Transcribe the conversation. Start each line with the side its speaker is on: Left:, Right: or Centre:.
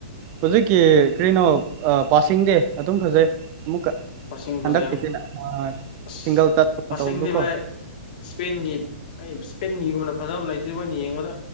Right: ꯍꯧꯖꯤꯛꯀꯤ ꯀ꯭ꯔꯤꯅꯣ ꯑꯥ ꯄꯥꯁꯤꯡꯗꯤ ꯑꯗꯨꯝ ꯐꯖꯩ ꯑꯃꯨꯛꯀ
Left: ꯃꯁꯤꯡ
Right: ꯍꯟꯗꯛꯀꯤꯁꯤꯅ
Left: ꯐꯖꯩ
Right: ꯑꯥ
Left: ꯑꯁ
Right: ꯁꯤꯡꯒꯜ <unintelligible>
Left: ꯃꯁꯤꯡꯗꯤ
Right: ꯇꯧꯕꯗꯨꯀꯣ
Left: ꯚꯥꯏ ꯏꯁꯄꯦꯟꯒꯤ ꯑꯩ ꯏꯁꯄꯦꯟꯒꯤ ꯕꯣꯜꯅ ꯐꯖꯕ ꯂꯩꯇ꯭ꯔꯤꯕꯣ ꯑꯩꯅ ꯌꯦꯡꯕꯗ